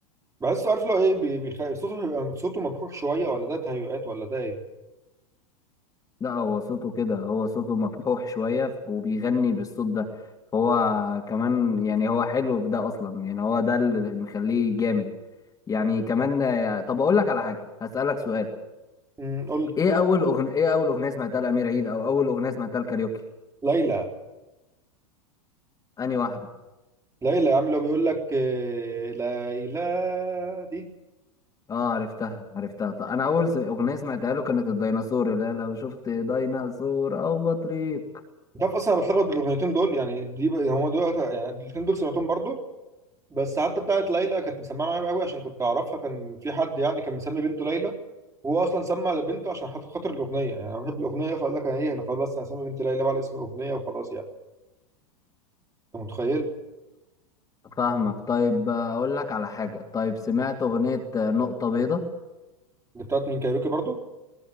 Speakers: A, on the right; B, on the left.
A: بحسه عارف لو ايه بي- بيخ... صوته بيبقى- صوته مبحوح شويه ولا ده تهيؤات ولا ده ايه
B: لا هو صوته كده هو صوته مبحوح شوية وبيغني بالصوت ده فهو كمان يعني هو حلو في ده أصلا يعني هو ده اللي مخليه جامد يعني كمان طب أقول لك على حاجة هسألك سؤال
A: امم قول لي
B: إيه أول أغنية إيه أول أغنية سمعتها لأمير عيد أو أول أغنية سمعتها لكاريوكي؟
A: ليلى
B: أنهي واحدة؟
A: ليلى يا عم لو بيقول لك إيه، ليلى دي
B: آه عرفتها عرفتها طب أنا أول س- أغنية سمعتها له كانت الديناصور لا لو شفت ديناصور أو بطريق
A: انت عارف اصلا انا بتلخبط بالاغنيتين دول يعني دي ب- هم دول يعني الاثنين دول سمعتهم برضو بس حتى بتاعه ليلى كانت مسمعه معايا قوي عشان كنت اعرفها كان في حد يعني كان مسمي بنته ليلى وهو اصلا سمى بنته عشان خاطر خاطر الاغنيه يعني انا بحب الاغنيه فقال لك انا ايه انا خلاص بس انا هسمي بنتي ليلى بقى على اسم الاغنيه وخلاص يعني انت متخيل
B: فاهمك طيب أقول لك على حاجة طيب سمعت أغنية نقطة بيضاء
A: اللي بتاعت مين كايروكي برضو